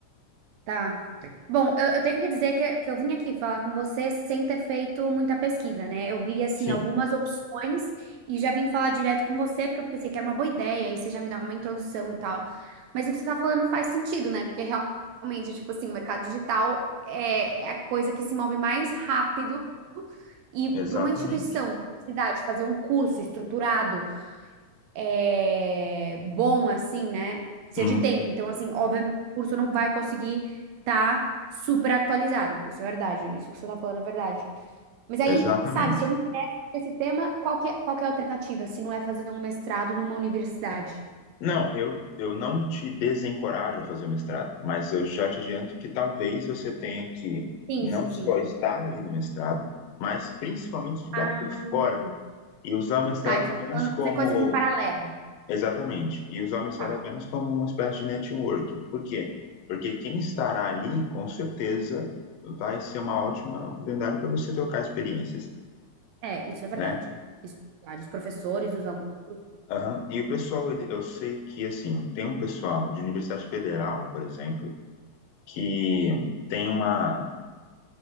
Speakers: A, on the right (about 75°); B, on the left (about 75°).
A: Tá. Bom, eu, eu tenho que dizer que, que eu vim aqui falar com você sem ter feito muita pesquisa, né? Eu vi, assim,
B: Sim,
A: algumas opções e já vim falar direto com você porque eu pensei que era uma boa ideia e você já me dá uma introdução e tal. Mas o que você tá falando faz sentido, né? Porque realmente, tipo assim, o mercado digital é, é a coisa que se move mais rápido e
B: exatamente.
A: para uma instituição, uma universidade, fazer um curso estruturado é, bom, assim, né? Precisa
B: Uhum,
A: de tempo. Então, assim, obviamente, o curso não vai conseguir estar super atualizado. Isso é verdade. Isso que você tá falando é verdade. Mas aí,
B: exatamente.
A: sabe, se eu me interesso por esse tema, qual que é, qual que é a alternativa? Se não é fazer um mestrado numa universidade?
B: Não, eu, eu não te desencorajo a fazer o mestrado, mas eu já te adianto que talvez você tenha que
A: Sim,
B: não
A: sim, sim.
B: só estar ali no mestrado, mas principalmente estudar
A: Ah,
B: por fora e usar o mestrado
A: tá. Então,
B: apenas
A: você tá falando
B: como.
A: fazer coisas em paralelo.
B: Exatamente, e usar o mestrado
A: Tá.
B: apenas como uma espécie de networking. Por quê? Porque quem estará ali, com certeza, vai ser uma ótima oportunidade para você trocar experiências,
A: É, isso é verdade.
B: né?
A: Isso é verdade. Os professores, os alunos.
B: Aham. E o pessoal, ele, eu sei que, assim, tem um pessoal de Universidade Federal, por exemplo, que tem uma,